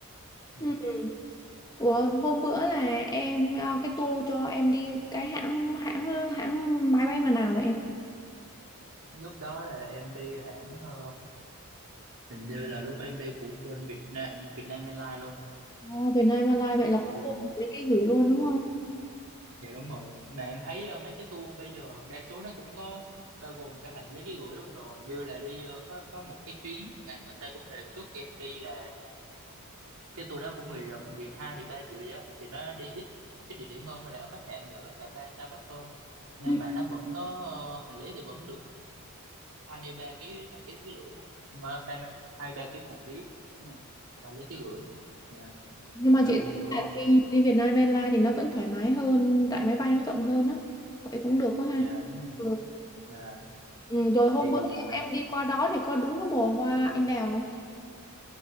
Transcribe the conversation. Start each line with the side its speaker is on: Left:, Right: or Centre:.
Right: ừ.
Left: Ừ. Ủa, hôm bữa là em ờ, cái tour cho em đi cái hãng hãng ờ, hãng máy bay mà nào vậy em?
Right: lúc đó là em đi hãng ờ, hình như là lúc em đi của bên Việt Nam Việt Nam Airlines luôn
Left: Ồ, Việt Nam Airlines vậy
Right: thì
Left: là có luôn cái cái gửi luôn đúng không?
Right: Dạ đúng rồi, mà em thấy ờ, mấy cái tour bây giờ đa số nó cũng có bao gồm cái hành lý ký gửi luôn rồi như là đi ờ, có có một cái chuyến mà người ta cũng đề xuất em đi là cái tour đó cũng mười ờ, 12 13 triệu vậy á thì nó đi ít ít địa điểm hơn là ở khách sạn thì ở khách sạn 3 sao đắt hơn nhưng
Left: Ừ.
Right: mà nó vẫn có ờ, hành lý thì vẫn được 23 ký hành lý ký gửi một mà- 23 ký một hành lý đúng rồi một hành lý ký gửi dạ
Left: Nhưng mà
Right: bao
Left: chị
Right: gồm luôn
Left: thấy là đi, đi Việt Nam Airlines thì nó vẫn thoải mái hơn tại máy bay nó rộng hơn á. Vậy cũng được quá ha.
Right: dạ đúng rồi
Left: Ừ.
Right: dạ
Left: Ừ, rồi hôm
Right: thì
Left: bữa em em đi qua đó thì có đúng cái mùa hoa anh đào không?